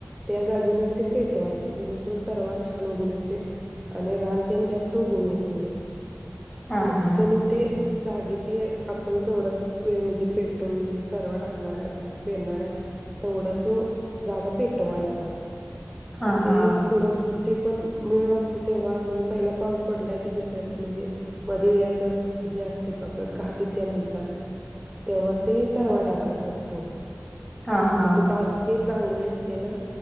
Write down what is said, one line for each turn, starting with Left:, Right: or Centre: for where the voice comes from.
Centre: त्या जागी नून ते पेटवायचं जेणेकरून तरवा छान उगून येते आणि रानतेण जास्त उघून येत नाही.
Left: हा
Centre: म तिथे
Left: हा
Centre: नेऊन ते जागी ते आपण केवढं म्हणजे पेटो म्हणजे तरवा टाकणार आहे भात पेरणार आहे तेवढा तो जागा पेटवायचा.
Left: हा हा
Centre: ते पुढं ते पण मुग असते तेव्हा म्हणजे पहिला पाऊस पडलाय की दुसऱ्यात म्हणजे मध्ये असं हे असते बघ. घातित्या म्हणतात. तेव्हा ते तरवा टाकायचं असत. तो.
Left: हा हा हा
Centre: मग तो बारके नांग्रेस. त्यान